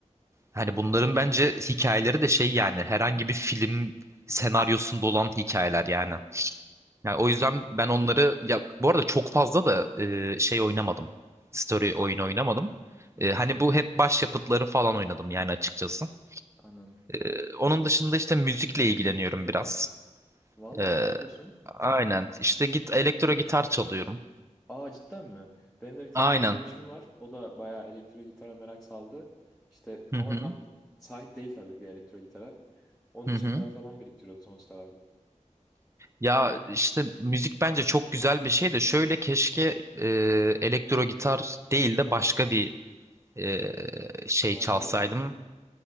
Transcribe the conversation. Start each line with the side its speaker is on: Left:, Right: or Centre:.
Right: Hani bunların bence hikayeleri de şey yani herhangi bir film senaryosunda olan hikayeler yani. Yani o yüzden ben onları ya bu arada çok fazla da e, şey oynamadım. Story oyunu oynamadım.
Centre: Hı
Right: E,
Centre: hı,
Right: hani bu hep başyapıtları falan oynadım yani açıkçası.
Centre: anladım.
Right: E, onun dışında işte müzikle ilgileniyorum biraz.
Centre: Vallahi
Right: E,
Centre: ne yapıyorsun?
Right: aynen işte git elektro gitar çalıyorum.
Centre: Aa cidden mi? Benim de bir tane
Right: Aynen.
Centre: arkadaşım var. O da bayağı elektro gitara merak saldı. İşte
Right: Hı
Centre: ama
Right: hı.
Centre: tam sahip değil tabii bir elektro gitara. Onun
Right: Hı
Centre: için
Right: hı.
Centre: para falan biriktiriyordu son sıralarda.
Right: Ya işte müzik bence çok güzel bir şey de şöyle keşke e, elektro gitar değil de başka bir e, şey
Centre: Aa
Right: çalsaydım.
Centre: niye?